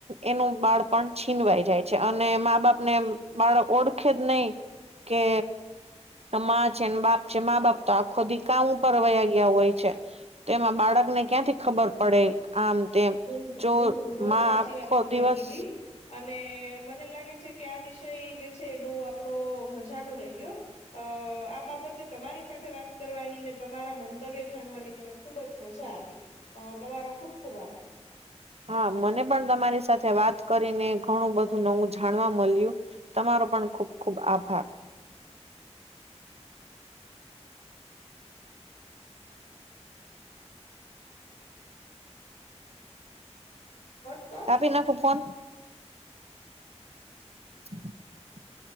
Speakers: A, on the right; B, on the left.
A: એનું બાળ પણ છીનવાઈ જાય છે અને મા બાપને બાળક ઓળખે જ નહીં કે મા છેને બાપ છે મા બાપ તો આખો દી કામ ઊપરવાયા ગયા હોય છે. તેમાં બાળકને ક્યાંથી ખબર પડે આમ તેમ
B: બિલકુલ
A: જો
B: બિલકુલ બઉુ
A: માં
B: સાચી
A: આખો
B: વાત તમે
A: દિવસ
B: કીધી. અને મને લાગે છે કે આ દિષય જે છે બવ આપડો મજાનો રહ્યો. અ આ બાબતે તમારી સાથે વાત કરવાની ને તમારા મંતવ્ય જાણવાની મને ખૂબ જ મજા આવી. અ તમારો ખુબ ખુબ આભાર.
A: હા મને પણ તમારી સાથે વાત કરીને ઘણું બધું નવું જાણવા મળ્યું. તમારો પણ ખુબ ખુબ આભાર.
B: પણ તો
A: કાપી નાખું ફોન <inaudible>